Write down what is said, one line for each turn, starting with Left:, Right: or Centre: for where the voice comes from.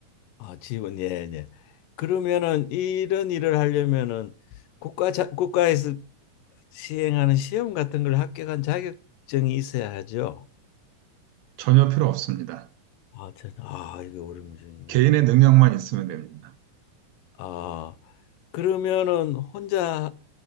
Left: 아, 지원, 예, 예. 그러면은 이런 일을 하려면은 국가 자, 국가에서 시행하는 시험 같은 걸 합격한 자격증이 있어야 하죠.
Right: 전혀 필요 없습니다.
Left: 아, 저는 아, 이거 어려운 문제이네.
Right: 개인의 능력만 있으면 됩니다.
Left: 아, 그러면은 혼자